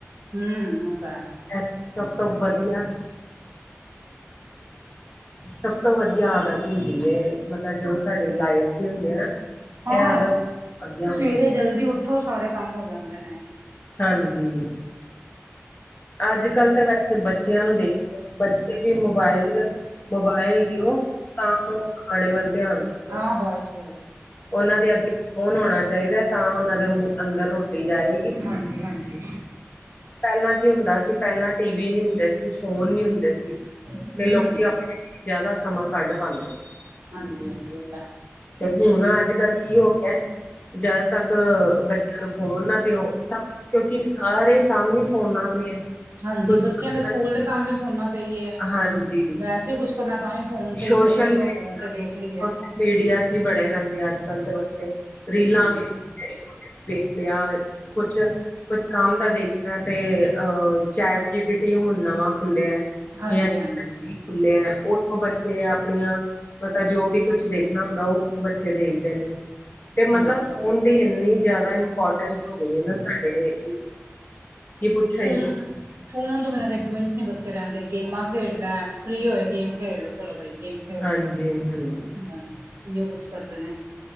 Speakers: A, on the right; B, on the left.
A: ਹੂੰ, ਉਹ ਤਾਂ
B: ਐ ਸਭ ਤੋਂ ਵਧੀਆ ਸਭ ਤੋਂ ਵਧੀਆ ਆਦਤ ਹੁੰਦੀ ਏ, ਮਤਲਬ ਜੋ ਸਾਡੀ ਲਾਈਫ ਦੀ ਹੁੰਦੀ ਐ ਨਾ।
A: ਹਾਂ,
B: ਇਹ ਆਦਤ ਵਧੀਆ
A: ਸਵੇਰੇ
B: ਹੁੰਦੀ ਹੈ
A: ਜਲਦੀ ਉੱਠੋ ਸਾਰੇ ਕੰਮ ਹੋ ਜਾਂਦੇ ਨੇ
B: ਹਾਂਜੀ, ਅੱਜ-ਕੱਲ੍ਹ ਤਾਂ ਵੈਸੇ ਬੱਚਿਆਂ ਨੂੰ ਦੇਖ ਬੱਚੇ ਵੀ ਮੋਬਾਇਲ, ਮੋਬਾਇਲ ਦਿਓ ਤਾਂ ਓ ਖਾਣੇ ਵੱਲ ਧਿਆਨ ਦਿੰਦੇ
A: ਹਾਂ
B: ਆ
A: ਬੱਸ-ਬੱਸ।
B: ਉਹਨਾਂ ਦੇ ਅੱਗੇ ਫੋਨ ਹੋਣਾ ਚਾਹੀਦਾ ਐ ਤਾਂ ਉਹਨਾਂ ਦੇ ਮੂੰਹ ਅੰਦਰ ਰੋਟੀ ਰੋਟੀ ਜਾਏਗੀ,
A: ਹਾਂਜੀ ਹਾਂਜੀ
B: ਪਹਿਲਾਂ ਕੀ ਹੁੰਦਾ ਸੀ? ਪਹਿਲਾਂ ਟੀਵੀ ਨੀ ਹੁੰਦੇ ਸੀ। ਫੋਨ ਨੀ ਹੁੰਦੇ ਸੀ
A: ਹਮ
B: ਤੇ ਲੋਕੀ ਆਪਣੇ ਜਾਦਾ ਸਮਾਂ ਕੱਢ ਪਾਂਦੇ ਸੀ।
A: ਹਾਂਜੀ, ਹਾਂਜੀ ਉਹ ਤਾਂ ਹੈ।
B: ਹੁਨ ਅੱਜ-ਕੱਲ੍ਹ ਕੀ ਹੋ ਗਿਆ? ਜਦ ਤੱਕ ਬੱਚਿਆਂ ਉਹਨਾਂ ਦੇ ਉਹ ਫੋਨ ਨਾ ਦਿਓ ਸਭ ਕਿਉਂਕਿ ਸਾਰੇ ਕੰਮ ਹੀ ਫੋਨਾਂ ਤੇ ਹੈ।
A: ਹਾਂਜੀ
B: ਕੁਛ
A: ਬੱਚਿਆਂ ਦੇ ਸਕੂਲ
B: ਨੇ
A: ਦੇ ਕੰਮ ਵੀ ਫੋਨਾਂ ਤੇ ਹੀ ਹੈ
B: ਹਾਂਜੀ
A: ਵੈਸੇ ਕੁਛ ਨਾ ਤਾਂ ਵੀ ਫੋਨ ਤੇ
B: ਸੋਸ਼ਲ
A: ਹੀ ਫੋਨ ਦਿਓ
B: ਮੀਡੀਆ
A: ਫੋਨ ਤੇ ਦੇਖ
B: ਸੋਸ਼ਲ
A: ਲਈਏ
B: ਮੀਡੀਆ ਚ ਹੀ ਬੜੇ ਰਹਿੰਦੇ ਆ ਅੱਜ ਕੱਲ੍ਹ ਦੇ ਬੱਚੇ ਰੀਲਾਂ
A: ਹਾਂਜੀ
B: ਵੀ ਵੇਖ ਲਿਆ ਕੁਛ ਕੁਛ ਕੰਮ ਦਾ ਦੇਖਣਾ ਤੇ ਅਹ ਚੈਟ ਜੀਬੀ ਟੀ ਹੁਨ ਨਵਾਂ ਖੁੱਲਿਆ ਐ।
A: ਹਾਂਜੀ
B: <unintelligible> ਐ ਖੁੱਲਿਆ
A: ਹਾਂਜੀ
B: ਉਹ ਬ ਜ ਆਪਣੀਆਂ ਮਤਾ ਜੋ ਵੀ ਕੁਛ ਦੇਖਣਾ ਹੁੰਦਾ ਉਹ ਬੱਚੇ ਦੇਖਦੇ ਨੇ ਤੇ ਮਤਲਬ
A: ਹਾਂਜੀ
B: ਫੋਨ ਦੀ ਇਨੀ ਜ਼ਿਆਦਾ ਇੰਪੋਰਟੈਂਸ ਹੋ ਗਈ ਨਾ ਸਾਡੇ ਕੀ ਪੁੱਛੋ
A: ਹੂੰ
B: ਹੀ ਨਾ
A: <unintelligible> ਫੋਨ ਤੋਂ ਬਿਨਾਂ ਤਾਂ ਇਕ ਮਿੰਟ ਨੀ ਬੱਚੇ ਰਹਿੰਦੇ ਗੇਮਾਂ ਖੇਡ ਲੈ ਫ੍ਰਰੀ ਹੋਏ ਗੇਮ ਖੇਡ ਲੋ ਚਲੋ ਬਾਈ ਗੇਮ
B: ਹਾਂਜੀ ਹਾਂਜੀ
A: ਬਸ ਇਹ ਕੁਛ ਕਰਦੇ ਨੇ